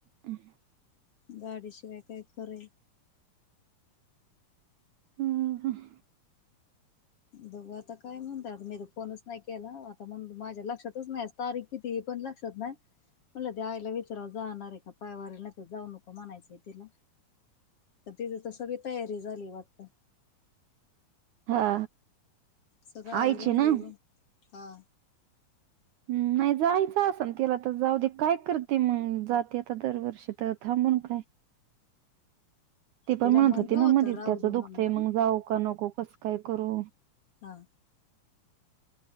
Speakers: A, on the right; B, on the left.
A: हम.
B: गाडीशिवाय काय करे.
A: हम.
B: बघू आता काय म्हणत आता मी तर फोनच नाही केला आता म्हण माझ्या लक्षातच नाही असत तारीख किती पण लक्षात ना म्हटलं ते आईला विचारव जाणार आहे. पायवारीला तर जाऊ नको म्हणायचंय तिला तिं तस सगळी तयारी झाली वाटत.
A: हा.
B: सगळं
A: आईची
B: आवरून घेवरून
A: ना
B: हा
A: हम् नाही जायचं अस ना तिला तर जाऊ दे काय करते मग जाते आता दरवर्षी तर थांबून काय. ते पण
B: त्याला
A: म्हणत
B: म्हणलं
A: होती ना
B: होतं
A: मधीच
B: राहू
A: त्याचं
B: दे म्हणून
A: दुःखत आहे मग जाऊ का नको कसं काय करू
B: हा.